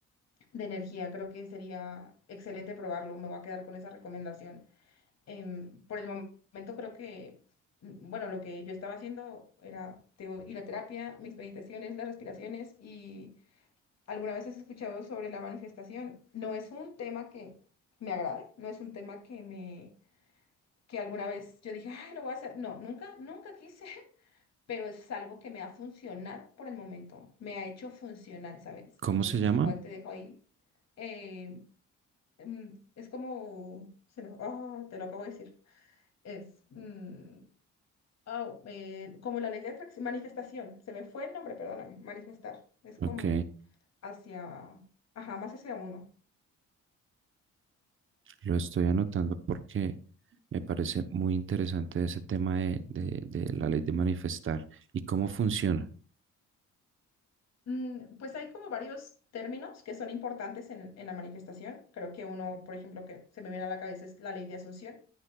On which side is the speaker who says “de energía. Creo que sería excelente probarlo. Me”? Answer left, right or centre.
Left